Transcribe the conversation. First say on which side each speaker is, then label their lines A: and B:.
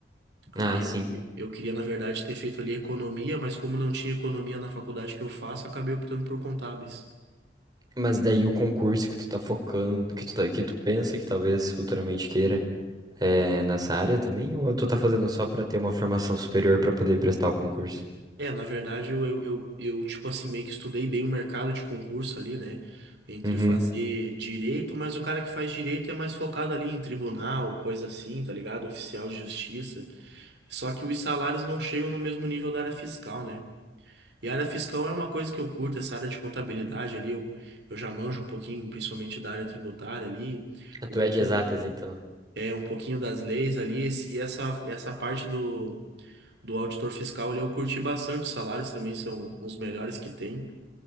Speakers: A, on the right; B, on the right.
A: Aí
B: Ah, sim.
A: eu, eu queria, na verdade, ter feito ali economia, mas como não tinha economia na faculdade que eu faço, acabei optando por contábeis.
B: Mas daí o concurso que tu tá focando, que tu, tá- que tu pensa que talvez futuramente queira, é nessa área também? Ou tu tá fazendo só pra ter uma formação superior pra poder prestar o concurso?
A: É, na verdade, eu, eu, eu, eu, tipo assim, meio que estudei bem o mercado de concurso ali, né? Entre
B: Uhum.
A: fazer direito, mas o cara que faz direito é mais focado ali em tribunal, coisa assim, tá ligado? Oficial de justiça. Só que os salários não chegam no mesmo nível da área fiscal, né? E a área fiscal é uma coisa que eu curto, essa área de contabilidade ali, eu, eu já manjo um pouquinho, principalmente da área tributária ali,
B: Ah, Tu
A: um pouquinho,
B: é de exatas, então.
A: é, um pouquinho das leis ali, esse- e essa, essa parte do, do auditor fiscal ali eu curti bastante, os salários também são os melhores que tem,